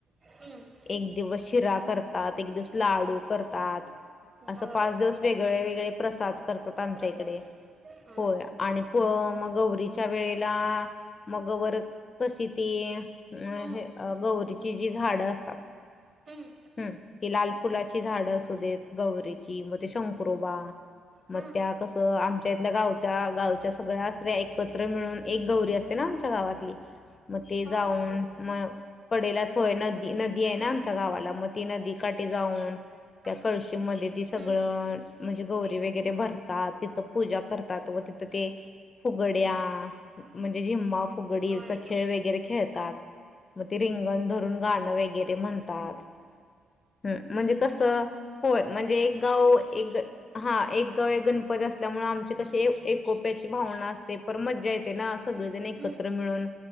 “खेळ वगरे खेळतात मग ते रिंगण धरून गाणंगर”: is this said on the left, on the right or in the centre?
Left